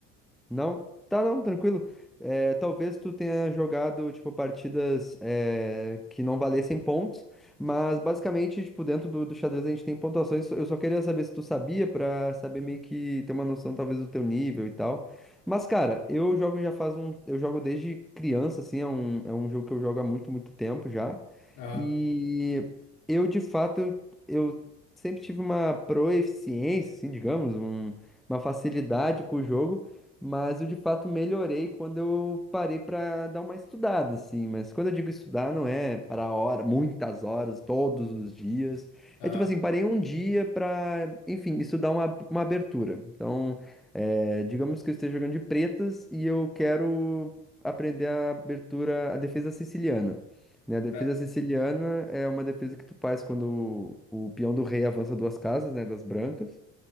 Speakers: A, in the centre; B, on the left.
A: Não? Tá, não, tranquilo. É, talvez tu tenha jogado, tipo, partidas é, que não valessem pontos, mas basicamente, tipo, dentro do, do xadrez a gente tem pontuações. Eu só queria saber se tu sabia, pra saber meio que ter uma noção, talvez, do teu nível e tal. Mas, cara, eu jogo já faz um... Eu jogo desde criança, assim, é um, é um jogo que eu jogo há muito, muito tempo já.
B: Aham,
A: E eu, de fato, eu sempre tive uma proeficiência, assim, digamos, um- uma facilidade com o jogo. Mas eu de fato melhorei quando eu parei para dar uma estudada, assim. Mas quando eu digo estudar, não é para hora, muitas horas, todos os dias.
B: aham,
A: É tipo assim, parei um dia para enfim, estudar uma, uma abertura. Então, é, digamos que eu esteja jogando de pretas e eu quero aprender a abertura, a defesa siciliana. Né? A defesa
B: ah,
A: siciliana é uma defesa que tu faz quando o, o peão do rei avança duas casas, né, das brancas.